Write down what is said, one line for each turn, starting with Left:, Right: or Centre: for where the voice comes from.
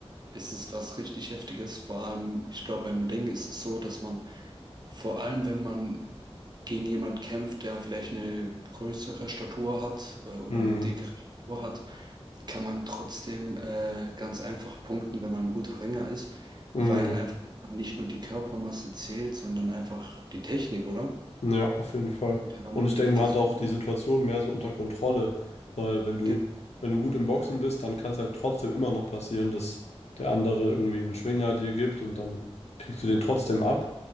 Right: ist es was richtig Heftiges. Vor allem, ich glaube, beim Ring ist es so, dass man, vor allem wenn man gegen jemand kämpft, der vielleicht eine größere Statur hat, äh, oder
Left: Mhm.
Right: eine dickere Statur hat, kann man trotzdem äh, ganz einfach punkten, wenn man ein guter Ringer ist,
Left: Mhm.
Right: weil einfach nicht nur die Körpermasse zählt, sondern einfach die Technik, oder?
Left: Ja, auf jeden Fall.
Right: Kann man
Left: Und
Right: irgendwie
Left: ich denke,
Right: versuchen.
Left: man hat auch die Situation mehr so unter Kontrolle, weil wenn du,
Right: ge-
Left: wenn du gut im Boxen bist, dann kann es halt trotzdem immer noch passieren, dass der andere irgendwie einen Schwinger dir gibt und dann kriegst du den trotzdem ab.